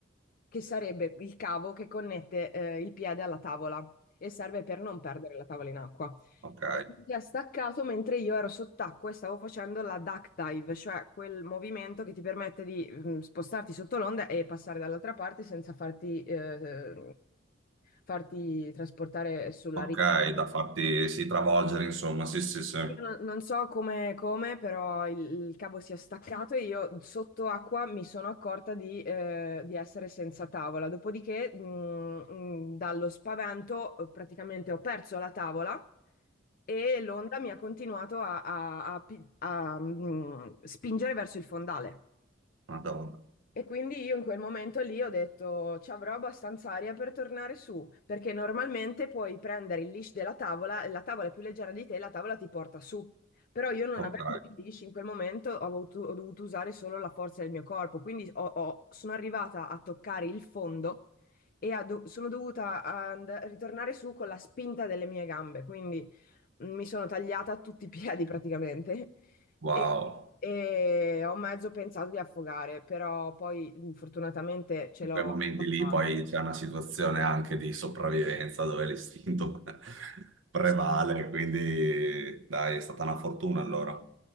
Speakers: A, on the left (about 50°); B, on the right (about 80°).
A: che sarebbe il cavo che connette eh, il piede alla tavola e serve per non perdere la tavola in acqua.
B: Ok,
A: E mi si è staccato mentre io ero sott'acqua e stavo facendo la duck dive, cioè quel movimento che ti permette di mm, spostarti sotto l'onda e passare dall'altra parte senza farti, eh, farti trasportare sulla
B: ok,
A: riva.
B: da farti sì, travolgere, insomma, sì, sì, sì.
A: Io non, non so come, come, però il, il cavo si è staccato e io sotto acqua mi sono accorta di, eh, di essere senza tavola. Dopodiché, mh, mh, dallo spavento, eh, praticamente ho perso la tavola e l'onda mi ha continuato a, a- a pi- a, mh, spingere verso il fondale.
B: Madonna.
A: E quindi io in quel momento lì ho detto ci avrò abbastanza aria per tornare su, perché normalmente puoi prendere il leash della tavola e la tavola è più leggera di te e la tavola ti porta su. Però io non
B: Ok,
A: avendo il leash in quel momento ho, avuto- ho dovuto usare solo la forza del mio corpo, quindi ho- ho- sono arrivata a toccare il fondo e a do- sono dovuta and- ritornare su con la spinta delle mie gambe, quindi mi sono tagliata tutti i piedi praticamente
B: wow.
A: e, e ho mezzo pensato di affogare, però poi fortunatamente ce
B: in
A: l'ho
B: quei momenti
A: fatta.
B: lì poi c'è una situazione anche di sopravvivenza dove l'istinto <laughs> prevale,
A: Sì,
B: quindi
A: sì.
B: dai, è stata una fortuna allora,